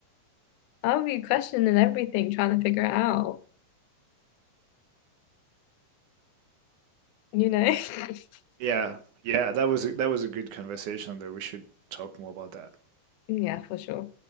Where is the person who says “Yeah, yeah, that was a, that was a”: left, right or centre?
Right